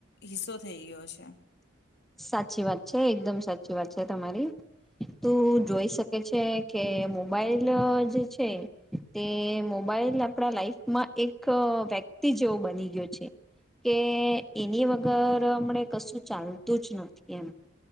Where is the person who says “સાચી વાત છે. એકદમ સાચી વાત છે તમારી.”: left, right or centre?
Centre